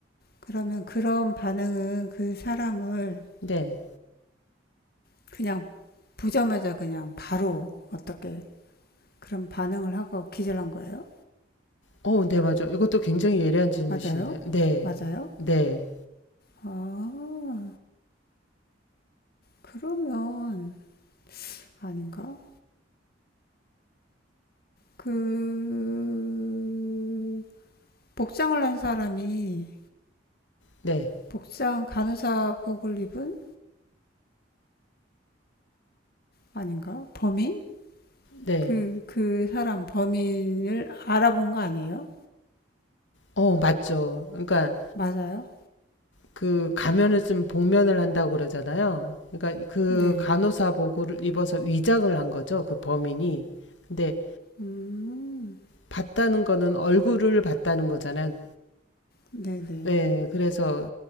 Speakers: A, on the left; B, on the left.
A: 그러면 그런 반응은 그 사람을
B: 네.
A: 그냥 보자마자 그냥 바로 어떻게 그런 반응을 하고 기절한 거예요?
B: 어 네 맞아요. 이것도 굉장히 예리한 질문이신데.
A: 맞아요?
B: 네.
A: 맞아요?
B: 네.
A: 아, 그러면 아닌가? 그 복장을 한 사람이
B: 네.
A: 복장 간호사복을 입은 아닌가? 범인?
B: 네.
A: 그, 그 사람 범인을 알아본 거 아니에요?
B: 어 맞죠. 그러니까
A: 맞아요?
B: 그 가면을 쓰면 복면을 한다고 그러잖아요. 그러니까 그
A: 네.
B: 간호사복을 입어서 위장을 한 거죠. 그 범인이. 근데
A: 음,
B: 봤다는 거는 얼굴을 봤다는 거잖아요.
A: 네네.
B: 네, 그래서